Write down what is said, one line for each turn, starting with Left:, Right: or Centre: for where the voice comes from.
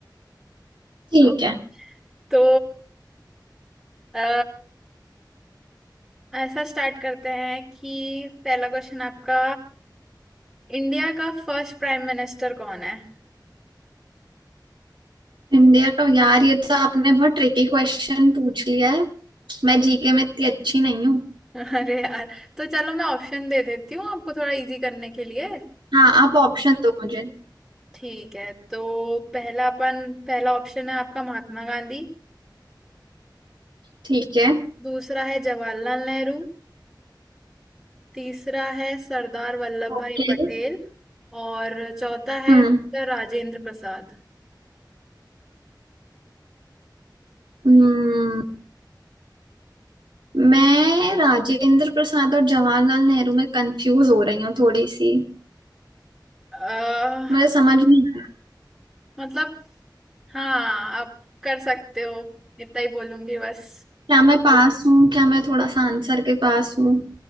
Right: ठीक
Centre: ओके
Right: है
Centre: तो अ, ऐसा स्टार्ट करते हैं कि पहला क्वेश्चन आपका इंडिया का फर्स्ट प्राइम मिनिस्टर कौन है
Right: इंडिया का यार ये तो आपने बहुत ट्रिकी क्वेश्चन पूछ लिया है मैं जीके में इतनी अच्छी नहीं हूँ
Centre: अरे यार तो चलो मैं ऑप्शन दे देती हूँ आपको थोड़ा इजी करने के लिए
Right: हाँ आप ऑप्शन दो मुझे
Centre: ठीक है तो पहला अपन पहला ऑप्शन है आपका महात्मा गांधी
Right: ठीक है
Centre: दूसरा है जवाहरलाल नेहरू तीसरा है सरदार वल्लभ
Right: ओके
Centre: भाई पटेल और चौथा है
Right: हम्म
Centre: डॉक्टर राजेंद्र प्रसाद
Right: हम्म मैं राजेंद्र प्रसाद और जवाहरलाल नेहरू में कंफ्यूज हो रही हूँ थोड़ी सी
Centre: अह
Right: मुझे समझ नहीं आ रहा
Centre: मतलब हाँ आप कर सकते हो इतना ही बोलूंगी बस
Right: क्या मैं पास हूँ क्या मैं थोड़ा सा आंसर के पास हूँ